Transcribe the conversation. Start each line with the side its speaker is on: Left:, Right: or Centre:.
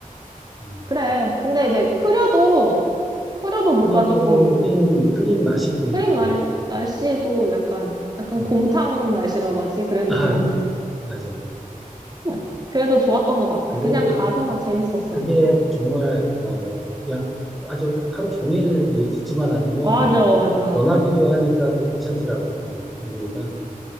Centre: 음,
Right: 그래. 근데 이제 흐려도, 흐려도 뭔가
Centre: 그래도
Right: 조금,
Centre: 흐린, 흐린 맛이 또 있고.
Right: 흐린 말, 날씨도 약간, 약간
Centre: 음.
Right: 곰탕 날씨라고 하지. 그래도
Centre: 아,
Right: 좀,
Centre: 맞아.
Right: <laughs> 그래도 좋았던 것 같아.
Centre: 그래도
Right: 그냥 가서 재밌었어.
Centre: 그게
Right: 어.
Centre: 정말, 어, 그냥 아주 하루 종일 있지만 않으면,
Right: 맞아, 맞아.
Centre: 변하기도 하니까 또 괜찮더라고, 그 분위기가.